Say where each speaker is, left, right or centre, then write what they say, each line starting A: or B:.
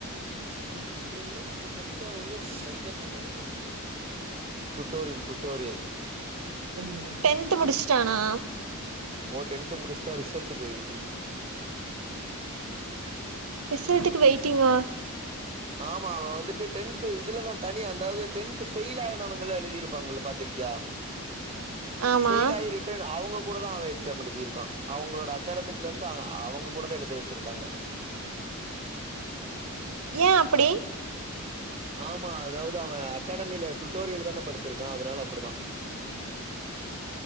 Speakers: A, on the right; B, on the right.
A: இல்லனா அது படிச்சா ஒன்னு கிடைக்காமயில்ல எல்லா கிடைக்கு டுட்டோரியல் டுட்டோரியல்
B: ஃபோன் பண்ணு டென்த் முடிச்சிட்டானா
A: ஓ டென்த் முடிச்சுட்டா ரிசல்ட்டுக்கு வெயிட்டிங்கு
B: ரிசல்ட்டுக்கு வெயிட்டிங்கா
A: ஆமா அவன் வந்துட்டு டென்த்து இதுலதான் தனியா அதாவது டென்த் ஃபெயில் ஆனவங்க எல்லா எழுதிருப்பாங்கல்ல பாத்திருக்கியா
B: ஆமா
A: ஃபெயில் ஆய் இருட் அவங்க கூட தான் அவன் எக்சாம் எழுதியிருக்கா அவங்களோட அகாடமிக்ல இருந்து அவங்க கூட தா எழுத வச்சிருக்காங்க
B: ஏ அப்படி
A: ஆமா அதாவது அவன் அகாடமியில டூட்டோரியல் தான படிச்சிருக்கான் அதனால அப்டிதா